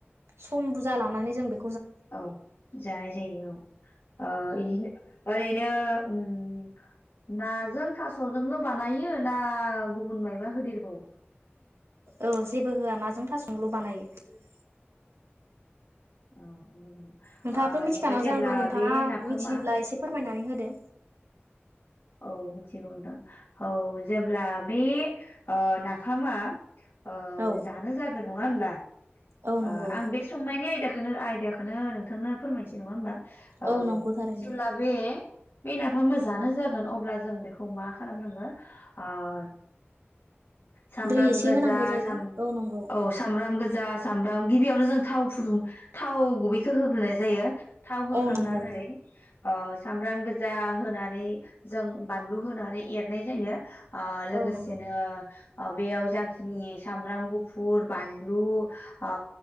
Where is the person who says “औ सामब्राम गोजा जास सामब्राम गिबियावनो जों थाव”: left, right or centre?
Left